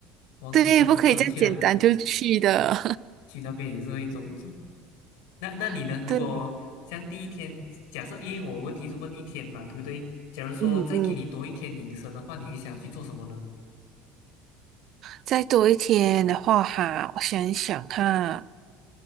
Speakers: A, on the left; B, on the right.
A: 忘记做功课去那边，
B: 对，不可以这样简单就去的。
A: 去那边也是会中中。那那你呢？
B: <laughs>
A: 如果像第一天，
B: 对，
A: 假设因为我问题是问一天嘛，对不对？假如说再给你多一天隐身的话，
B: 嗯嗯。
A: 你会想要去做什么呢？
B: 再多一天的话哈，我想一想哈，